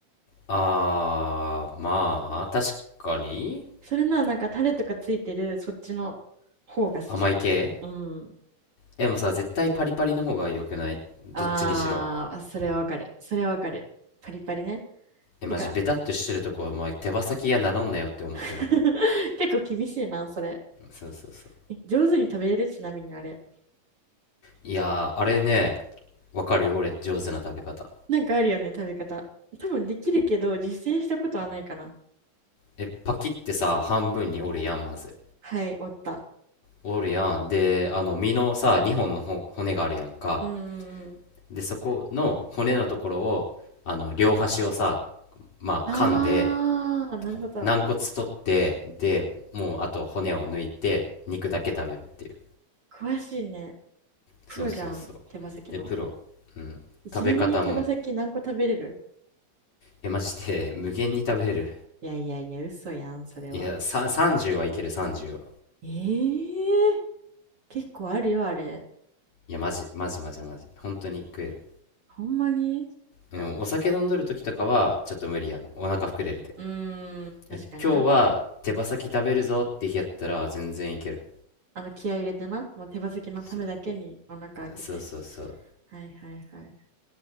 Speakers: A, on the left; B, on the right.
A: あー、まあ、確かに
B: それならなんかタレとかついてる、そっちの方が好きかも。
A: 甘い系
B: うん。
A: え、でもさ、絶対パリパリの方が良くないどっちにしろ。
B: あー、あそれはわかる。それはわかる。パリパリね。
A: え、マジ、
B: てか、
A: ベタっとしてるとこ、まあ、手羽先やならんなよって思ってまう。
B: <laughs> 結構厳しいな、それ。
A: そうそうそう。
B: え上手に食べれるちなみにあれ。
A: いやー、あれね、わかるよ、俺、上手な食べ方。
B: なんかあるよね、食べ方。多分できるけど、実践したことはないかな。
A: え、パキってさ、半分に折るやん、まず。
B: はい、おった。
A: 折るやん。で、あの、身のさ、2本のほ骨があるやんか。
B: うんうんうん。
A: でそこの骨のところをあの両端をさまあ噛んで
B: あー、なるほど。
A: 軟骨取ってでもうあと骨を抜いて肉だけ食べるっていう
B: 詳しいね。
A: そうそうそう
B: プロじゃん、手羽先の。
A: えプロうん食べ方も
B: ちなみに手羽先何個食べれる
A: えマジで無限に食べれる
B: いやいやいや、嘘やん、それは。
A: いやさ30はいける30は
B: ええ結構あるよ、あれ。
A: いやマジマジマジマジ本当に食える
B: ほんまに
A: うんお酒飲んどる時とかはちょっと無理やんお腹膨れるで
B: うーん、確かにな。
A: え今日は手羽先食べるぞって日やったら全然いける
B: あの、気合い入れてな。もう手羽先のためだけにお腹開けて。
A: そそうそうそう
B: はいはいはい。